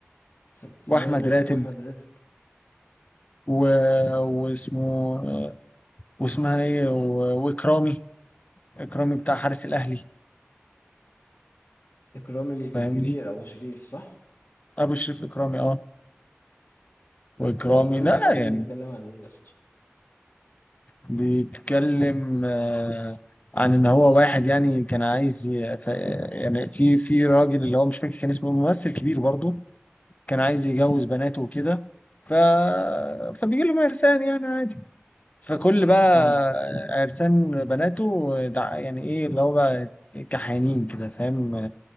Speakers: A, on the left; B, on the left.
A: سم- سمير
B: واحمد
A: غانم
B: راتب
A: واحمد راتب
B: و... واسمه آه، واسمها ايه و- واكرامي اكرامي بتاع حارس الاهلي
A: اكرامي ال-
B: فاهمني
A: الكبير ابو شريف صح
B: ابو شريف اكرامي اه واكرامي
A: ده الفيلم
B: لا
A: ده كان
B: يعني
A: بيتكلم عن ايه يا اسطى
B: بيتكلم آه، عن ان هو واحد يعني كان عايز ي- ف- يعني في في راجل اللي هو مش فاكر كان اسمه ممثل كبير برضه كان عايز يجوز بناته وكده ف... فبيجي لهم عرسان يعني عادي فكل بقى
A: امم
B: عرسان بناته دع... يعني ايه اللي هو بقى كحيانين كده فاهم